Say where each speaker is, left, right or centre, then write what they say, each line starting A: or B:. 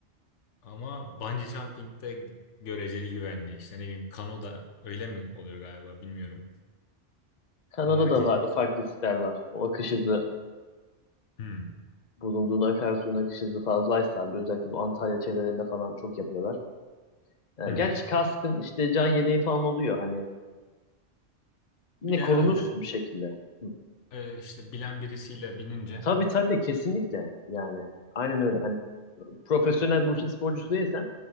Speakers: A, on the left (about 75°); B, on the left (about 40°).
A: Ama bungee jumping de göreceli güvenli. İşte ne bileyim kano da öyle mi oluyor galiba bilmiyorum.
B: Kanada'da
A: Onları kesin.
B: var ufak riskler var. O akış hızı
A: Hmm.
B: bulunduğun akarsuyun akış hızı fazlaysa abi, özellikle bu Antalya çevrelerinde falan çok yapıyorlar. Ee,
A: Hı
B: gerçi
A: hı.
B: kaskın işte can yeleği falan oluyor hani yine
A: Bir de
B: korunursun
A: herhalde
B: bir şekilde. Hı.
A: e, işte bilen birisiyle binince.
B: Tabii tabii kesinlikle yani. Aynen öyle. Hani profesyonel bu işin sporcusu değilsen